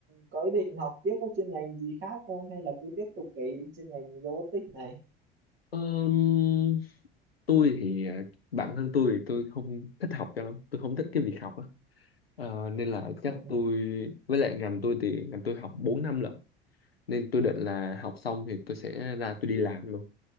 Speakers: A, on the right (about 35°); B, on the left (about 80°).
A: có ý định học tiếp các chuyên ngành gì khác không hay là cứ tiếp tục cái chuyên ngành robotics này
B: Ờm, tôi thì ờ, bản thân tôi thì tôi không thích học cho lắm tôi không thích cái việc học á Ờ, nên là chắc
A: <laughs>
B: tôi với lại ngành tôi thì ngành tôi học 4 năm lận nên tôi định là học xong thì tôi sẽ ra tôi đi làm luôn